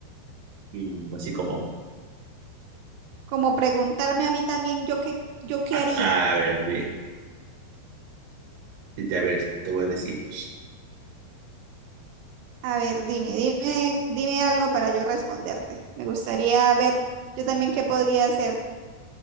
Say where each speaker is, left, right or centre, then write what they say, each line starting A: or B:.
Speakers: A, on the right; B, on the right.
A: Mm, Así como,
B: Como preguntarme a mí también yo qué, yo qué
A: a,
B: haría.
A: a ver, muy bien. Este, A ver, te voy a decir.
B: A ver, dime, dime, dime algo para yo responderte. Me gustaría ver yo también qué podría hacer.